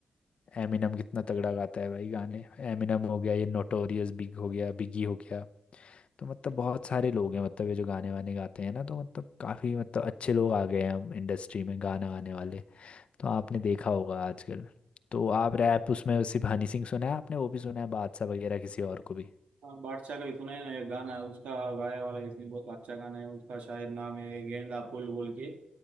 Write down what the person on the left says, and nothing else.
एमिनम कितना तगड़ा गाता है भाई गाने एमिनम हो गया ये नोटोरियस बिग हो गया बिगी हो गया तो मतलब बहुत सारे लोग हैं मतलब ये जो गाने वाने गाते हैं ना तो मतलब काफ़ी मतलब अच्छे लोग आ गए हैं अब इंडस्ट्री में गाना गाने वाले तो आपने देखा होगा आजकल तो आप रैप उसमें सिर्फ हनी सिंह सुना है आपने वो भी सुना है बादशाह वगैरह किसी और को भी